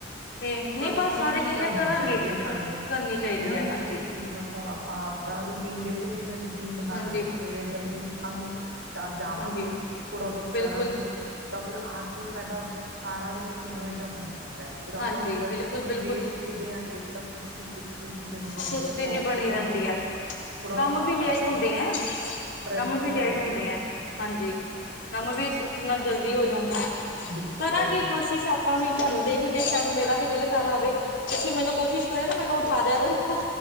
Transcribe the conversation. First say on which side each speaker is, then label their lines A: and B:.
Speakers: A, on the left; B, on the right.
A: ਤੇ ਨਹੀਂ
B: ਪਰ ਕੋਸ਼ਿਸ਼
A: ਬਸ ਸਾਰੇ ਕਹਿੰਦੇ
B: ਕਰਨੀ
A: ਕਰਾਂਗੇ
B: ਚਾਹੀਦੀ ਹੈ
A: ਕਰਨੀ
B: ਸਾਨੂੰ
A: ਚਾਹੀਦੀ
B: ਕਿ ਨਾ
A: ਹੈ ਹਾਂਜੀ
B: ਕਿ ਮਤਲਬ ਆਪਾਂ ਆਪਦਾ ਰੂਟੀਨ ਦੇ ਜੀ ਮੈਨੂੰ ਬਣਾਵਾਂਗੇ
A: ਹਾਂਜੀ
B: ਸਵੇਰੇ ਜਲਦੀ ਹਾਂਗੇ ਤਾਂ ਜਾਵਾਂਗੇ
A: ਹਾਂਜੀ
B: ਥੋੜ੍ਹਾ ਬਹੁਤ
A: ਬਿਲਕੁਲ
B: ਕਰਾਂਗੇ ਤਾਂ ਫਿਰ ਆ ਕੇ ਸਾਡਾ ਸਾਰਾ ਰੂਟੀਨ ਜਿਹਾ ਬਣ ਜਾਂਦਾ ਫਿਰ ਆਪਾਂ
A: ਹਾਂਜੀ
B: ਹੁੰਦਾ
A: ਬਿਲਕੁਲ ਬਿਲਕੁਲ
B: ਲੇਟ ਉੱਠਦੇ ਆ ਇੱਕ ਤਾਂ ਸੁਸਤੀ ਸੁਸਤੀ ਜੀ ਬਣੀ
A: ਸੁਸਤੀ
B: ਰਹਿੰਦੀ ਹੈ ਵੋਕ
A: ਜ ਬਣੀ
B: 'ਚ ਜਾਂਦੇ
A: ਰਹਿੰਦੀ
B: ਆ
A: ਹੈ
B: ਥੋੜਾ
A: ਕੰਮ ਵੀ ਲੇਟ
B: ਆਪਾਂ
A: ਹੁੰਦੇ ਹੈ
B: ਫਰੈਸ਼
A: ਕੰਮ ਵੀ ਲੇਟ
B: ਰਹਿੰਦੇ
A: ਹੁੰਦੇ
B: ਆ
A: ਹੈ ਹਾਂਜੀ ਕੰਮ
B: ਔਰ
A: ਵੀ ਉੱਠਣ ਨਾਲ ਜਲਦੀ ਹੋ ਜਾਂਦਾ ਹੈ
B: ਬਿਲਕੁਲ
A: ਕਰਾਂਗੇ
B: ਸਹੀ ਗੱਲ
A: ਕੋਸ਼ਿਸ਼ ਆਪਾਂ ਵੀ ਤੁਹਾਨੂੰ ਦੇਖ ਕੇ ਕਿ ਸ਼ਾਇਦ ਮੇਰਾ ਵੀ ਦਿਲ ਕਰ ਆਵੇ ਤੇਸੀਿਰ ਮੈਨੂੰ ਕੋਸ਼ਿਸ਼ ਕਰੇ ਨਾ ਮੈਨੂੰ ਉਠਾ ਦਿਆ ਕੋ